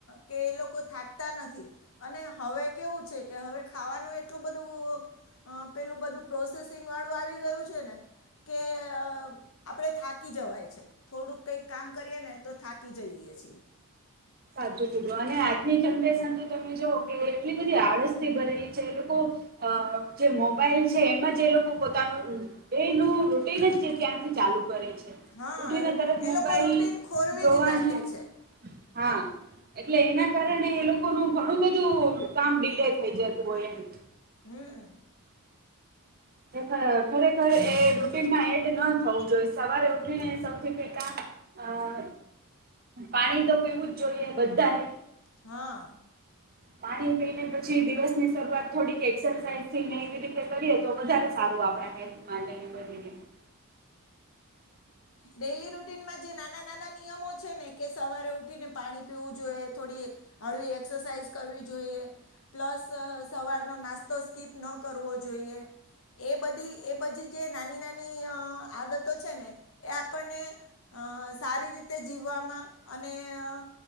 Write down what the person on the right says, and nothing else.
સાચું કીધું અને આજની જનરેશન તો તમે જુવો કે એટલી બધી આળસ થી ભરેલી છે. એ લોકો અ જે મોબાઇલ છે એમાજ એ લોકો પોતાનું એનું રૂટિન જ જે તે ત્યાંથી ચાલુ કરે છે.
ઉઠીને તરત
મોબાઈલ
જોવાનું,
હા. એટલે એના કારણે એ લોકોનું ઘણું બધું કામ ડીલે થઈ જતું હોય એમ.
એ ખર ખરે ખર એ રૂટીનમાં એડ ન થવું જોઈએ. સવારે ઉઠીને સૌથી પહેલાં અહ પાણી તો પીવું જ જોઈએ બધાએ.
પાણી પી ને પછી દિવસની શરૂઆત થોડીક એક્સરસાઇઝ થઈને એવી રીતે કરીએ તો વધારે સારું આપણા હેલ્થ માટે ને બધી રીતે.